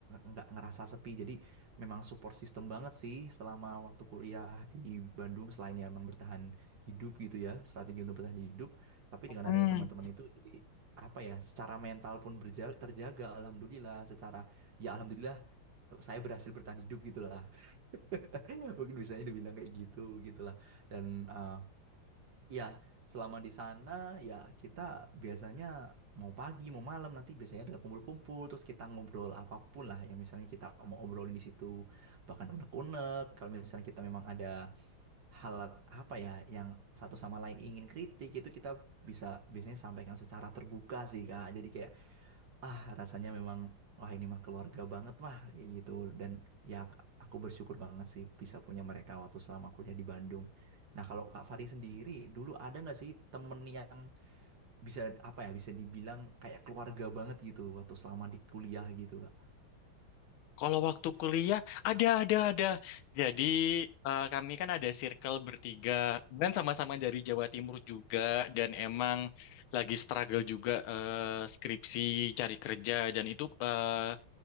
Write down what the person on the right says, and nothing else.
nggak ngerasa sepi. Jadi memang support system banget sih selama waktu kuliah di Bandung selain ya emang bertahan hidup gitu ya, strategi untuk bertahan hidup. Tapi dengan
adanya teman-teman itu jadi apa ya secara mental pun berja- terjaga alhamdulillah secara ya alhamdulillah saya berhasil bertahan hidup gitu lah <laughs> mungkin bisanya dibilang kayak gitu gitulah dan eh, Ya, selama di sana ya kita biasanya mau pagi mau malam nanti biasanya ada kumpul-kumpul terus kita ngobrol apapun lah yang misalnya kita mau obrolin di situ bahkan unek-unek kalau misalnya kita memang ada hal apa ya yang satu sama lain ingin kritik itu kita bisa biasanya sampaikan secara terbuka sih Kak. Jadi kayak ah rasanya memang wah ini mah keluarga banget mah kayak gitu dan ya aku bersyukur banget sih bisa punya mereka waktu selama kuliah di Bandung. Nah kalau Kak Fari sendiri dulu ada nggak sih temen yang bisa apa ya bisa dibilang kayak keluarga banget gitu waktu selama di kuliah gitu Kak?